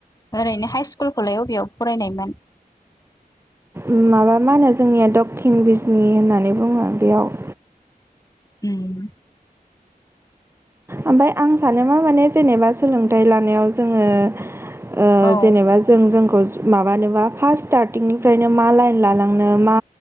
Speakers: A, on the left; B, on the right.
A: ओरैनो हाइ स्कुलखौलाय अबेयाव फरायनायमोन?
B: ओम माबा मा होनो जोंनिया दक्षिन बिजनि होननानै बुङो बेयाव
A: उम
B: ओमफफ्राय आं सानो मा माने जेनेबा सोलोंथाइ लानायाव जोङो ओ
A: औ
B: जेनेबा जों जोंख खौ माबानोबा फार्स स्टार्टिंनिफ्रायनो मा लाइन लालांनो मा